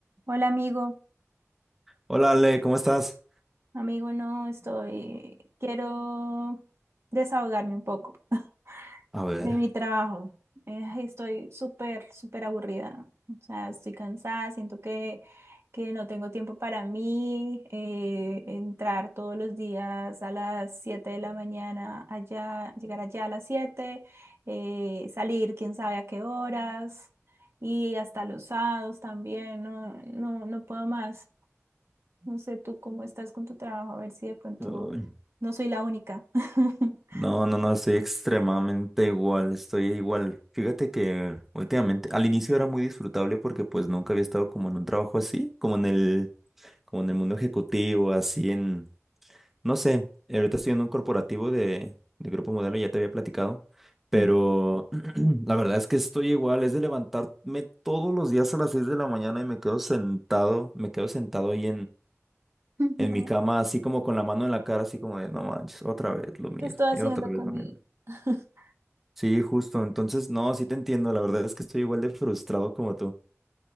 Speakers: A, on the right; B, in the centre.
A: Hola amigo,
B: Hola Ale, ¿cómo estás?
A: amigo, no estoy, quiero desahogarme un poco <laughs>
B: A ver.
A: de mi trabajo. Eh, estoy súper, súper aburrida. O sea, estoy cansada, siento que, que no tengo tiempo para mí. eh, entrar todos los días a las 7 de la mañana allá, llegar allá a las 7 eh, salir quién sabe a qué horas y hasta los sábados también, no, no, no puedo más. No sé tú cómo estás con tu trabajo, a ver si de pronto
B: uy,
A: no soy la única. <laughs>
B: No, no, no, estoy extremadamente igual, estoy igual. Fíjate que últimamente, al inicio era muy disfrutable porque pues nunca había estado como en un trabajo así, como en el, como en el mundo ejecutivo, así en, no sé, ahorita estoy en un corporativo de, de Grupo Modelo, ya te había platicado, pero
A: Sí.
B: <clears throat> la verdad es que estoy igual, es de levantarme todos los días a las 6 de la mañana y me quedo sentado, me quedo sentado ahí
A: <laughs>
B: en mi cama, así como con la mano en la cara, así como de, no manches, otra vez lo mismo,
A: ¿Qué estoy haciendo
B: y otra vez
A: con
B: lo
A: mi...
B: mismo.
A: <laughs>
B: Sí, justo. Entonces, no, sí te entiendo. La verdad es que estoy igual de frustrado como tú.